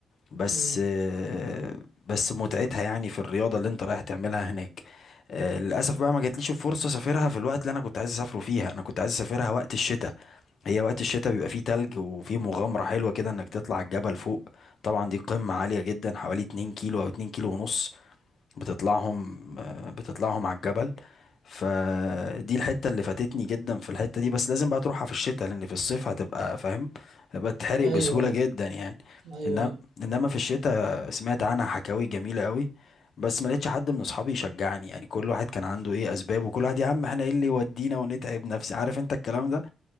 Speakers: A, on the left; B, on the right.
A: بس
B: مم.
A: آه، بس متعتها يعني في الرياضة اللي انت رايح تعملها هناك آه، للأسف بقى ما جاتليش الفرصة أسافرها في الوقت اللي أنا كنت عايز أسافره فيها أنا كنت عايز أسافرها وقت الشتاء هي وقت الشتاء بيبقى فيه تلج وفيه مغامرة حلوة كده إنك تطلع الجبل فوق طبعا دي قمة عالية جدا حوالي 2 كيلو أو 2 كيلو ونص بتطلعهم آه، بتطلعهم على الجبل فدي الحتة اللي فاتتني جدا في الحتة دي بس لازم بقى تروحها في الشتاء لأن في الصيف هتبقى فاهم هتبقى تحرق
B: ايوه
A: بسهولة جدا يعني
B: ايوه ايوه
A: إنما
B: ايوه
A: إنما في الشتاء سمعت عنها حكاوي جميلة قوي بس ما لقيتش حد من أصحابي يشجعني يعني كل واحد كان عنده إيه أسباب وكل واحد يا عم إحنا إيه اللي يودينا ونتعب نفسي عارف أنت الكلام ده